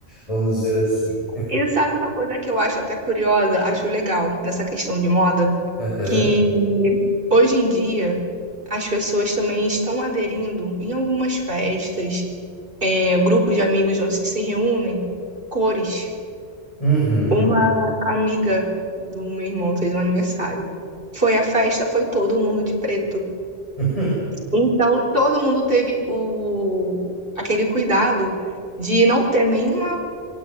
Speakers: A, on the left; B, on the right.
A: vamos dizer assim.
B: E sabe uma coisa que eu acho até curiosa, acho legal nessa questão de moda,
A: Aham.
B: que hoje em dia as pessoas também estão aderindo em algumas festas é, grupo de amigos onde se reúnem, cores.
A: Uhum.
B: Uma amiga do meu irmão fez um aniversário. Foi a festa, foi todo mundo de preto.
A: <laughs>
B: Então, todo mundo teve o aquele cuidado de não ter nenhuma